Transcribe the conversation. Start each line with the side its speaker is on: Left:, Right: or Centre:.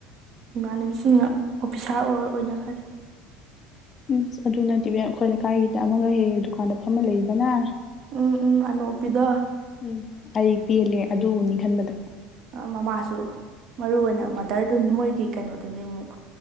Right: ꯏꯃꯥꯟꯅꯕꯤꯁꯤꯡꯅ ꯑꯣꯐꯤꯁꯥꯔ ꯑꯣꯏ ꯑꯣꯏꯅꯈꯔꯦ
Left: ꯎꯝ ꯑꯗꯨ ꯅꯠꯇꯦ ꯏꯕꯦꯝꯃ ꯑꯩꯈꯣꯏ ꯂꯩꯀꯥꯏꯗ ꯑꯃꯒ ꯍꯦꯛ ꯍꯦꯛ ꯗꯨꯀꯥꯟꯗ ꯐꯝꯃ ꯂꯩꯗꯅ
Right: ꯎꯝ ꯎꯝ ꯑꯅꯣꯞ ꯎꯞꯄꯤꯗꯣ
Left: ꯎꯝ ꯑꯩ ꯄꯦꯜꯂꯦ ꯑꯗꯨ ꯎꯅꯤ ꯈꯟꯕꯗ
Right: ꯃꯃꯥꯁꯨ ꯃꯔꯨ ꯑꯣꯏꯅ ꯃꯥꯗꯔꯗꯨ ꯃꯣꯏꯒꯤ ꯀꯩꯅꯣꯗꯨꯅꯤ ꯑꯃꯨꯛ